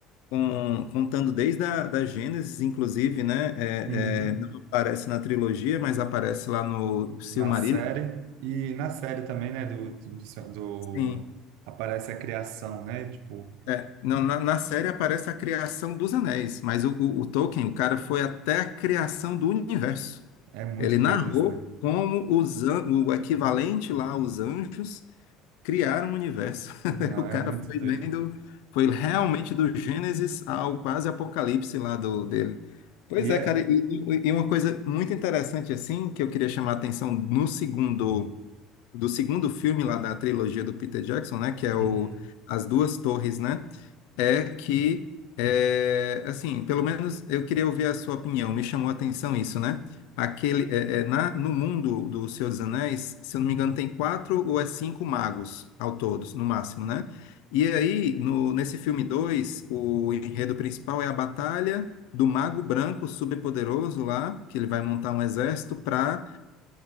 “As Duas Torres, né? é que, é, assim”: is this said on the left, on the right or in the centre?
Left